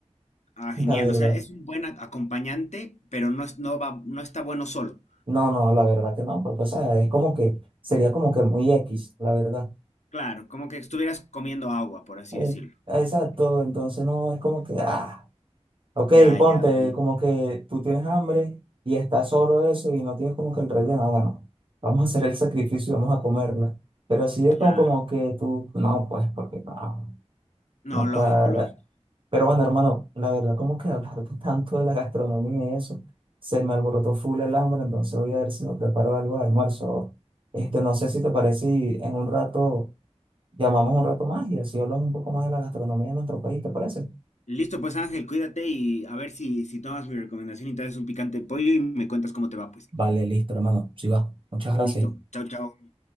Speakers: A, on the left; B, on the right.
A: Ah, genial.
B: La verdad.
A: O sea, es un buen a- acompañante, pero no es, no va, no está bueno solo.
B: No, no, la verdad que no, porque, o sea, es como que sería como que muy X, la verdad.
A: Claro, como que estuvieras comiendo agua, por así
B: Es-
A: decirlo.
B: exacto, entonces no es como que, ah, ok,
A: Ya,
B: ponte,
A: ya, ok.
B: como que tú tienes hambre y está solo eso y no tienes como que el relleno, ah, bueno, vamos a hacer el sacrificio y vamos a comerla. Pero así es
A: Claro.
B: como, como que tú, no, pues, porque no,
A: No,
B: no cuadra.
A: lógico, lógico.
B: Pero bueno, hermano, la verdad, como que hablar tanto de la gastronomía y eso, se me alborotó full el hambre, entonces voy a ver si me preparo algo de almuerzo. Este, no sé si te parece y en un rato llamamos un rato más y así hablamos un poco más de la gastronomía de nuestro país, ¿te parece?
A: Listo, pues Ángel, cuídate y a ver si, si tomas mi recomendación y traes un picante de pollo y me cuentas cómo te va, pues.
B: Vale, listo, hermano. Sí va. Muchas gracias.
A: Listo. Chao, chao.